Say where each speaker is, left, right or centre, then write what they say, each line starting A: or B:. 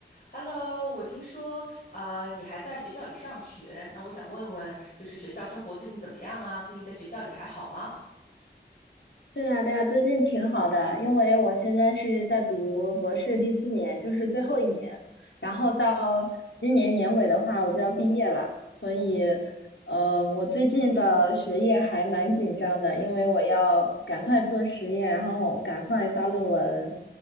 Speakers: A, on the left (about 50°); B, on the left (about 80°).
A: Hello，我听说啊，你还在学校里上学，那我想问问，就是学校生活最近怎么样啊？最近在学校里还好吗？
B: 对呀，对呀，最近挺好的，因为我现在是在读博士第四年，就是最后一年，然后到今年年尾的话，我就要毕业了，所以，
A: 哦，
B: 呃，我最近的学业还蛮紧张的，因为我要赶快做实验，然后赶快发论文，